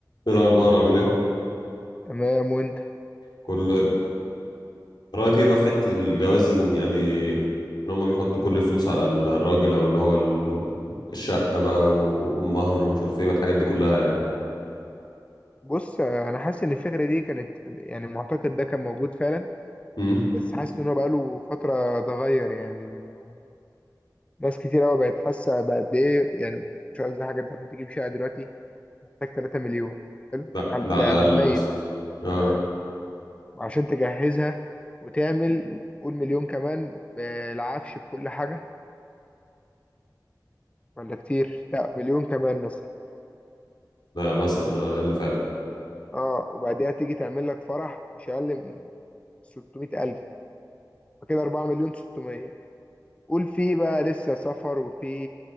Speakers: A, on the left (about 75°); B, on the left (about 15°).
A: ايه الاخبار عامل ايه
B: تمام وانت
A: كله حلو رايك ايه بقى في حته الجواز ان يعني ان هما بيحطوا كل الفلوس على الراجل او اللي هو ال- الشقه بقى والمهر ومش عارف ايه والحاجات دي كلها يعني
B: بص انا حاسس ان الفكره دي كانت يعني المعتقد ده كان موجود فعلا
A: امم
B: بس حاسس ان هو بقاله فتره اتغير يعني لانه ناس كتير قوي بقت حاسه بقد ايه يعني مش قصدي حاجه انت عشان تجيب شقه دلوقتي محتاج 3 مليون حلو
A: لا
B: على-
A: ده
B: ده
A: على الاقل
B: بالميت
A: مثلا اه
B: اه وعشان تجهزها وتعمل قول مليون كمان بالعفش بكل حاجه ولا كتير لا مليون كمان مثلا
A: ده مثلا على الاقل فعلا
B: اه وبعديها تيجي تعمل لك فرح مش اقل من 600000 فكده 4 مليون ستمائة. قول فيه بقى لسه سفر وفي